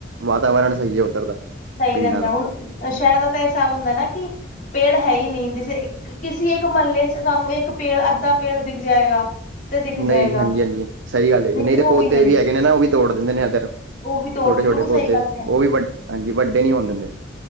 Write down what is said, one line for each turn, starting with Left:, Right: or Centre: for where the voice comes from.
Right: ਵਾਤਾਵਰਨ ਸਈ ਹੈ ਓੱਧਰ ਦਾ।
Left: ਸਈ
Right: ਪਿੰਡਾਂ
Left: ਰੈਂਦੈ
Right: ਦਾ
Left: ਹੁਨ ਸ਼ੈਰਾਂ ਦਾ ਤੇ ਏ ਹਿਸਾਬ ਹੁੰਦਾ ਨਾ ਕਿ ਪੇੜ ਹੈ ਈ ਨੀ ਜਿਸੇ ਕਿਸੀ ਏੱਕ ਮੱਲੇ ਚ ਤਾਨੂੰ ਇੱਕ ਪੇੜ, ਅੱਧਾ ਪੇੜ ਦਿਖ ਜਾਏਗਾ। ਤੇ ਦਿਖ ਜਾਏਗਾ
Right: ਨਈ, ਹਾਂਜੀ, ਹਾਂਜੀ, ਸਈ ਗੱਲ ਏ
Left: ਨਹੀਂ
Right: ਜੀ। ਨਈ ਤੇ
Left: ਉਹ
Right: ਪੌਦੇ
Left: ਨਹੀਂ
Right: ਵੀ ਹੈਗੇ ਨੇ ਨਾ, ਓਵੀ ਤੋੜ ਦਿੰਦੇ ਨੇ ਐੱਦਰ
Left: ਉਹ ਵੀ ਤੋੜ
Right: ਛੋਟੇ-ਛੋਟੇ
Left: ਬਿਲਕੁਲ
Right: ਪੌਦੇ
Left: ਸਹੀ ਗੱਲ ਕਹਿ ਰਹੇ ਹੋ।
Right: ਓਵੀ ਵੱਡ, ਹਾਂਜੀ, ਵੱਡੇ ਨੀ ਹੋਨ ਦਿੰਦੇ।